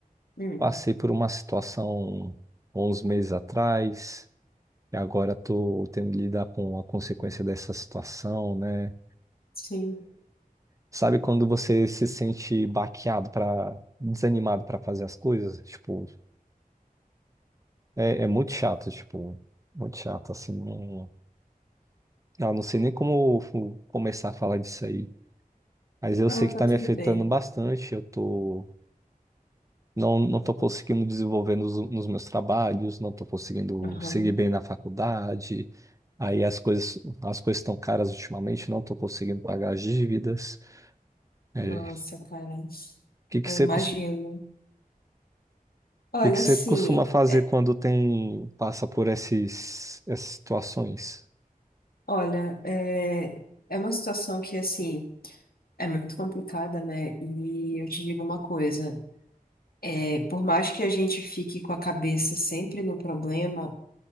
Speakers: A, on the left; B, on the right.
A: Hum,
B: Passei por uma situação uns meses atrás, e agora tô tendo que lidar com a consequência dessa situação, né?
A: sim.
B: Sabe quando você se sente baqueado para desanimado para fazer as coisas? Tipo, é, é muito chato, tipo, muito chato, assim. Não, eu não sei nem como fu- começar a falar disso aí. Mas eu
A: Não,
B: sei que
A: tá
B: tá
A: tudo
B: me afetando
A: bem.
B: bastante. Eu tô, não, não tô conseguindo desenvolver nos, nos meus trabalhos, não tô conseguindo
A: Aham.
B: seguir bem na faculdade. Aí as coisas, as coisas estão caras ultimamente, não tô conseguindo pagar as dívidas. É,
A: Nossa, cara,
B: o que que
A: eu
B: você
A: imagino. Olha,
B: que que você
A: assim,
B: costuma fazer
A: é-
B: quando tem passa por esses, essas situações?
A: olha, é, é uma situação que, assim, é muito complicada, né? E eu te digo uma coisa, é, por mais que a gente fique com a cabeça sempre no problema,